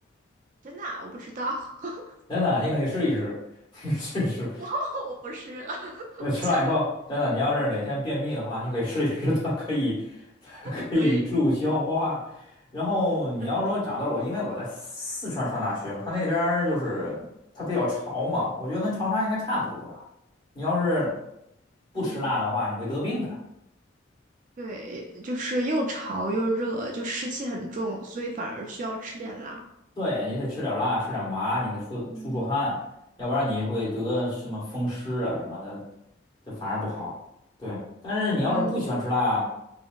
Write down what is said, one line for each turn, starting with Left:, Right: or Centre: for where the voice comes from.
Right: 真的啊我不知道，<laughs>
Left: 真的，你可以试一试，<laughs> 你可以试一试。
Right: 我我不是，<laughs>
Left: 呃，
Right: 不想，
Left: 吃了以后，真的，你要是哪天便秘的话，你可以试一试，它可以，它可以助消化。
Right: <laughs> 所以
Left: 然后你要说长痘儿，
Right: 对，
Left: 我因为我在四川上大学嘛，他那边儿就是它比较潮嘛，我觉得跟长沙应该差不多吧。你要是不吃辣的话，
Right: 嗯。
Left: 你会得病的。
Right: 对，就是又潮又热，就湿气很重，所以反而需要吃点辣。
Left: 对，你得吃点辣，吃点麻，你得出出出汗，
Right: 嗯，
Left: 要不然你会得什么风湿啊什么的，这反而不好。
Right: 哇，
Left: 对，但是你要是不喜欢吃辣。
Right: 嗯，